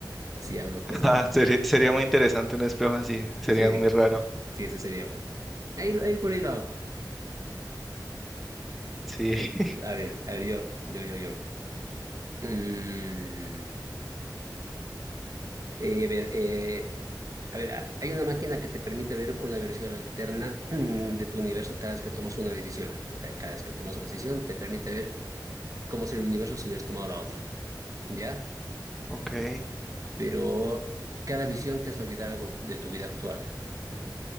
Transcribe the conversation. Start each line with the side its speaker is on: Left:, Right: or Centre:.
Right: Así hablo con...
Centre: <laughs> Ah, sería, sería muy interesante un espejo así, sería
Right: Sí,
Centre: muy raro.
Right: sí, ese sería bueno. Ahí, lo- ahí por ahí lo hago.
Centre: Sí, <laughs>
Right: A ver, a ver, yo, yo, yo, yo. Mm, eh, a ver, eh, a ver, a- hay una máquina que te permite ver una versión alterna <clears throat> de tu universo cada vez que tomas una decisión. O sea, cada vez que tomas una decisión te permite ver cómo sería el universo si hubieras tomado la otra. ¿Ya?
Centre: ok.
Right: pero cada visión te hace olvidar algo de tu vida actual.